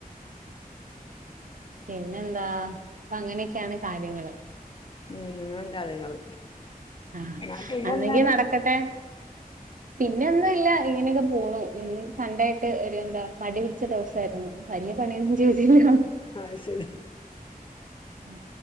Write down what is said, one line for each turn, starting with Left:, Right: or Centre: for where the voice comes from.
Right: പിന്നെന്താ അപ്പൊ അങ്ങനെയൊക്കെയാണ് കാര്യങ്ങള്
Left: ഉം അങ്ങനേ ആണ് കാര്യങ്ങള്
Right: ആ
Left: എന്നാ പിന്നെന്താണ്
Right: അല്ലെങ്കിൽ നടക്കട്ടെ പിന്നെന്നുല്ല ഇങ്ങനെയൊക്കെ പോണു ഇന്ന് സൺ‌ഡേ ആയിട്ട് ഒരു എന്താ മടി പിടിച്ച ദിവസയിരുന്നു വലിയ പണിയൊന്നും ചെയ്തില്ല
Left: അയി ശരി
Right: ഉ